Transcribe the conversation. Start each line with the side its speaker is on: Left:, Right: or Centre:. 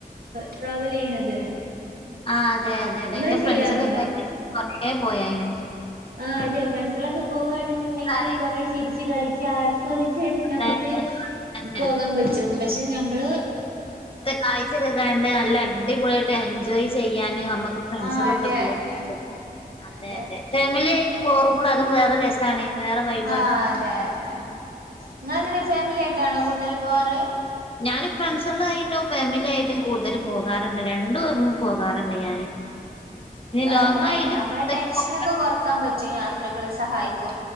Right: ട്രാവൽ ചെയ്യണത്
Left: ആഹ് അതെ അതെ
Right: നിങ്ങൾ
Left: അതെ എറെ ഫ്രണ്ട്സല്ല
Right: ചെയ്യാറുണ്ടോ
Left: ഒക്കെ കൊറേ പോയേനെ
Right: ആഹ് അതെ ഫ്രണ്ട്സിലൊക്കെ പോവവാണെന്നുണ്ടെങ്കിൽ
Left: ആയി
Right: കൊറേ ചിരിച്ച് കളിച്ച ആസ്വദിച്ചണ്ട്
Left: അതെ
Right: ഞമ്മുക്ക്
Left: അതെ
Right: പോകാൻ പറ്റും പക്ഷെ ഞമ്മള്
Left: കാഴ്ചക്കെ കണ്ട് നല്ല അടിപൊളിയയിട്ട് എൻജോയ് ചെയ്യാന് നമ്മുക്ക് ഫ്രണ്ട്സള്ളൊക്കെ
Right: ആഹ് അതെ
Left: കൂടു
Right: അതെ
Left: അതെതെ
Right: അതെ അതെ
Left: ഫാമിലി ആയിട്ട് പോകുമ്പോൾ അതും വേറെ ര വേറെ വൈബാണ്
Right: ആഹ് അതെ അതെ ഇങ്ങെളെങ്ങനെ ഫാമിലി ആയ്ട്ടാണോ കൂടുതല് പോവാറ
Left: ഞാന് ഫ്രണ്ട്സുകളായ്ട്ടും ഫാമിലിയായ്ട്ടും കൂടുതൽ പോകാറിണ്ട് രണ്ടും പോകാറിണ്ട് ഞാന് <inaudible> ലോങ്
Right: അതെ അതെ
Left: ആയിട്ട്
Right: നമ്മളെ
Left: കൂടുതൽ
Right: ടെൻഷനൊക്കെ
Left: പോകാറുണ്ട്.
Right: കൊറക്കാൻ പറ്റും യാത്രകളെ സഹായിക്കും